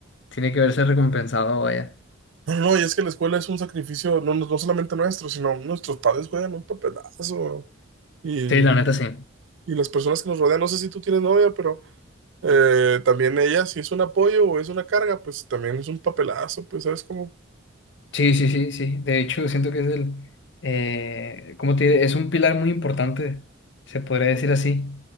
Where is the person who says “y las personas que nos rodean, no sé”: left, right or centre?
Right